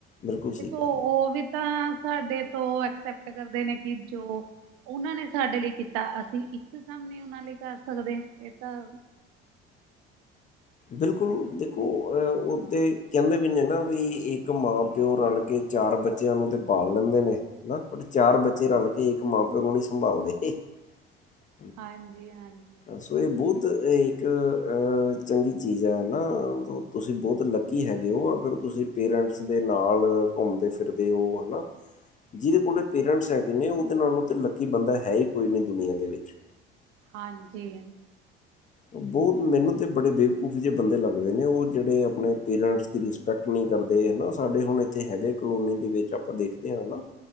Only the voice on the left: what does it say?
ਬਿਲਕੁਲ ਸਹੀ
ਕਹਿ ਰਹੇ
ਹੋ
ਬਿਲਕੁਲ
ਹੋਰ ਓ ਤੇ ਕਹਿੰਦੇ ਵੀ ਨੇ ਨਾ ਵੀ, ਇੱਕ ਮਾਂ-ਪਿਓ ਰਲਕੇ ਚਾਰ ਬੱਚੇ ਬੱਚਿਆਂ ਨੂੰ ਤੇ ਪਾਲ ਲੈਂਦੇ ਨੇ, ਹਨਾ ਬ ਚਾਰ ਬੱਚੇ ਰਲਕੇ ਇੱਕ ਮਾਂ-ਪਿਓ ਨੂੰ ਨੀ ਸੰਭਾਲਦੇ‌। <inaudible>
ਸੋ, ਇਹ ਬਹੁਤ ਏਕ ਅਂ ਚੰਗੀ ਚੀਜ਼ ਐ, ਹਨਾ ਤੁਸੀਂ ਬਹੁਤ ਲੱਕੀ ਹੈਗੇ ਓ, ਅਗਰ ਤੁਸੀਂ ਪੇਰੈਂਟਸ ਦੇ ਨਾਲ ਘੁੰਮਦੇ-ਫਿਰਦੇ ਓ, ਹਨਾ। ਜਿਹਦੇ ਕੋਲ ਪੇਰੈਂਟਸ ਹੈਗੇ ਨੇ ਉਹਦੇ ਨਾਲੋਂ ਤਾਂ ਲੱਕੀ ਬੰਦਾ ਹੈਹੀ ਕੋਈ ਨਹੀਂ, ਦੁਨੀਆਂ ਦੇ ਵਿੱਚ।
ਬਹੁਤ ਮੈਨੂੰ ਤਾਂ ਬੜੇ ਬੇਵਕੂਫ ਜਿਹੇ ਬੰਦੇ ਲੱਗਦੇ ਨੇ, ਉਹ ਜਿਹੜੇ ਆਪਣੇ ਪੇਰੈਂਟਸ ਦੀ ਰਿਸਪੇ ਕਟ ਨਹੀਂ ਕਰਦੇ ਹਨਾ, ਸਾਡੇ ਹੁਣ ਇਥੇ ਹੈਗੇ ਕਲੋਨੀ ਦੇ ਵਿੱਚ ਆਪਾਂ ਦੇਖਦੇ ਆਂ, ਹਨਾ।